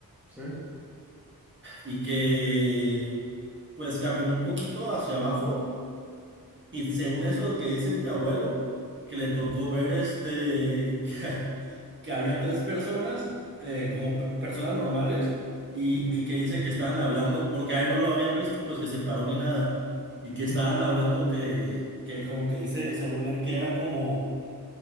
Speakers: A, in the centre; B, on the right (about 30°).
A: sí,
B: y que pues caminó un poquito hacia abajo y según eso que dice mi abuelo, que le tocó ver este, <laughs> que había tres personas, eh,
A: ujú,
B: como per- personas normales, y,
A: ujú,
B: y que dice que estaban hablando, porque a él no lo habían visto, pues que se paró ni nada, y
A: ujú,
B: que estaban hablando que, que como que dice, según él, que era como,